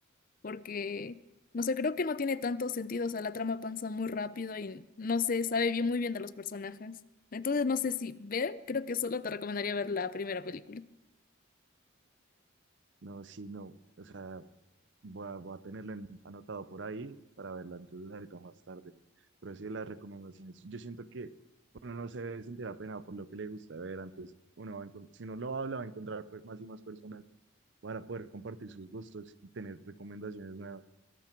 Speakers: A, on the left (about 40°); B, on the right (about 60°).
A: porque, no sé, creo que no tiene tanto sentido, o sea, la trama avanza muy rápido y no sé, sabe bien muy bien de los personajes. Entonces, no sé si ver, creo que solo te recomendaría ver la primera película.
B: No, sí, no. O sea, Voy a, voy a tenerlo en- anotado por ahí para verla entonces ahorita más tarde. Pero sí, las recomendaciones. Yo siento que uno no se debe sentir apenado por lo que le gusta ver. Antes, uno va a encon- si no lo habla, va a encontrar pues, más y más personas para poder compartir sus gustos y tener recomendaciones nuevas.